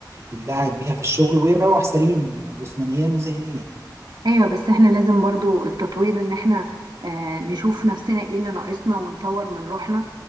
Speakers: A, on the right (about 40°); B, on the right (about 70°).
A: اللي قاعد بيها في الشغل ويروح سليم جسمانيا وذهنيا
B: ايوه بس احنا لازم برضو التطوير ان احنا آه نشوف نفسنا ايه اللي ناقصنا ونطور من روحنا